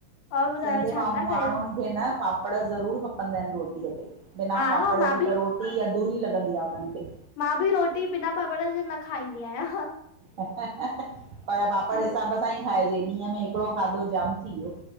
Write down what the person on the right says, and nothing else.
सिंधी
माण्हुनि
खे न पाप पापड़ ज़रूरु खपंदा आहिनि रोटीअ ते बिना
पापड़
जे त
रोटी अधुरी लॻंदी आहे उन्हनि खे।
पर पापड़
हिसाब सां ई खाइजे, ॾींहं में हिकिड़ो खाधो जाम थी वियो।